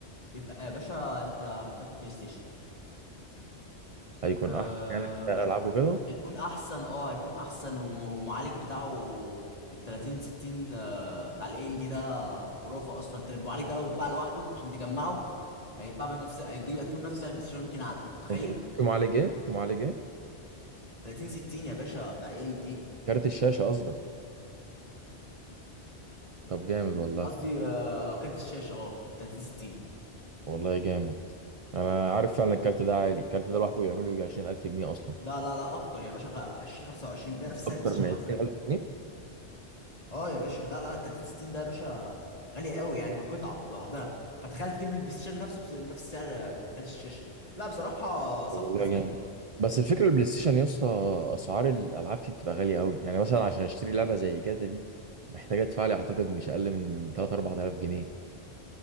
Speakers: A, on the left (about 35°); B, on the right (about 55°).
A: يبقى يا باشا انت محتاج بلاي ستيشن
B: هيكون
A: آه
B: احسن يعني في
A: مش-
B: العابه كده
A: هيكون احسن اه هيكون احسن وم- والمعالج بتاعه ال 30 60 آه، بتاع الاي ام دي ده خرافه اصلا انت المعالج ده لو اتباع لوحده عشان تجمعه هيتباع بنفس هيجيب هتجيب نفس سعر البلاي ستيشن يمكن اعلى انت متخيل
B: انت في معالج ايه في معالج ايه
A: 30 60 يا باشا بتاع اي ام دي
B: كارت الشاشه قصدك طب جامد والله
A: قصدي آه، كارت الشاشه اه 30 60
B: والله جامد انا عارف فعلا الكارت ده عالي الكارت ده لوحده يعمل له يجي 20000 جنيه اصلا
A: لا لا لا اكتر يا باشا خ- 20 25 بنفس
B: اكتر
A: سعر البلاي ستيشن
B: من
A: حرفيا
B: 20000 جنيه
A: اه يا باشا لا لا 30 60 ده يا باشا غالي قوي يعني كقطعه لوحدها فتخيل تجيب البلاي ستيشن نفسه بس- بنفس سعر آه، كارت الشاشه لا بصراحه صفقه
B: والله
A: كسبانه
B: جامد بس الفكره البلاي ستيشن يا اسطى اسعار الالعاب فيه بتبقى غاليه قوي يعني مثلا عشان اشتري لعبه زي جاتا دي محتاجه ادفع لي اعتقد مش اقل من 3 4000 جنيه